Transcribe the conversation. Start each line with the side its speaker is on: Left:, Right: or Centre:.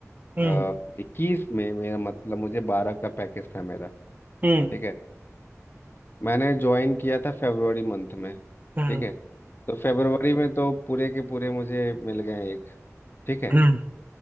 Right: हम्म
Left: आ, 21 में मेरा मतलब मुझे 12 का पैकेज था मेरा
Right: हम्म
Left: ठीक है मैंने ज्वाइन किया था फरवरी मंथ में
Right: हम्म
Left: ठीक है तो फरवरी में तो पूरे के पूरे मुझे मिल गए एक ठीक है
Right: हम्म